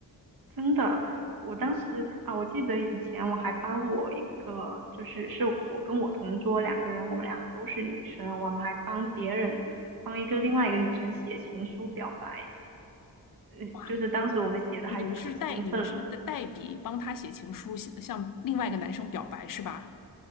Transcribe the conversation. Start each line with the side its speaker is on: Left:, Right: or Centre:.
Right: 真的，我当时啊，我记得以前我还帮我一个，就是是我跟我同桌两个人，我们俩都是女生，我们还帮别人帮一个另外一个女生写情书表白。嗯，
Left: 哇，
Right: 就是当时我们写的还可兴奋了。
Left: 你你们是代你们是代代笔帮他写情书，写向另外一个男生表白是吧？